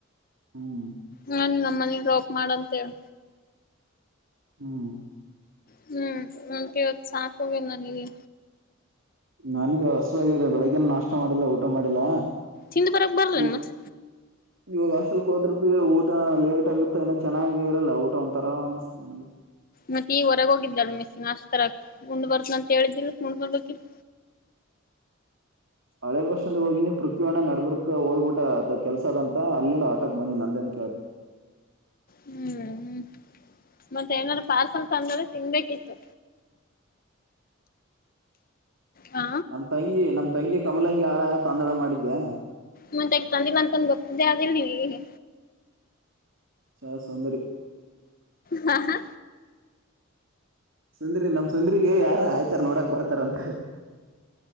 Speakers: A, on the right; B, on the left.
A: ಹ್ಮ್
B: ನಂಗ್ ನಮ್ಮನಿಗ ಡ್ರಾಪ್ ಮಾಡಂತ ಹೇಳ.
A: ಹ್ಮ್
B: ಹ್ಮ್ ನಂಗ್ ಇವತ್ತ್ ಸಾಕ್ ಆಗ್ಯದ ನನಿಗಿ.
A: ನಂಗೂ ಹಸವಾಗಿದೆ ಬೆಳಗ್ನ್ ನಾಷ್ಟ ಮಾಡಿಲ್ಲ ಊಟ ಮಾಡಿಲ್ಲ.
B: ತಿಂದು ಬರಕ್ ಬರ್ಲೇನ್
A: ಈ
B: ಮತ್
A: ಇವಾಗ ಹಾಸ್ಟೆಲ್ ಹೋದ್ರ ಬಿ ಊಟ ಲೇಟ್ ಆಗತ್ತ ಏನ ಚೆನ್ನಾಗಿ ಇರಲ್ಲ ಊಟ ಉ ತರ ಅನ್ಸ್ತಾತ್ ನನಗೆ
B: ಮತ್ತೆ ಈಗ ಹೊರಗೆ ಹೋಗಿದ್ದಾಳ ಮಿಸ್ಸ ನಷ್ಟ ತರಕೆ ಉಂಡ್ ಬರ್ತ ಅಂತ ಹೇಳಿದಿಲ್ಲ ಉಂಡ್ ಬರ್ಬೇಕಿತ್.
A: ಹಳೆ ಬಸ್ ಸ್ಟಾಂಡ್ ಹೋಗಿ ನೀವು. ಪೃಥ್ವಯಣ್ಣ ನಡ್ಬ್ರುಕ್ ಹೋಗ್ಬಿಟ್ಟ ಕೆಲ್ಸದಂತ ಅಲ್ಲಿಂದ ಆಟೋಕ್ ಬಂದ್ ನಂದೇನ್ ಕೇಳ್ತಿ
B: ಹ್ಮ್ ಮತ್ತೆ ಏನಾದ್ರು ಪಾರ್ಸಲ್ ತಂದ ತಿನ್ಬೇಕಿತ್ತು. ಹಾ
A: ನಮ್ ತಂಗಿ ನಮ್ ತಂಗಿ ಕಮಲಂಗಿ ಆಳ ತಂದಳ ಮಾಡಿದ್ದೆ
B: ಮುಂದೆ ಎಕ್ ತಂದಿಲ್ಲ ಅಂತಂದು ಗೊತ್ತಿದ್ದೆ ಅದಿಲ್ಲ <unintelligible>
A: ಚಲ್ ಸುಂದರಿ
B: ಹಾ ಹಾ
A: ಸುಂದ್ರಿ ನಮ್ ಸುಂದ್ರಿಗೆ ಯಾರ ಆಯ್ತಾರ ನೋಡಕ್ ಬರ್ತಾರ ಅಂತ.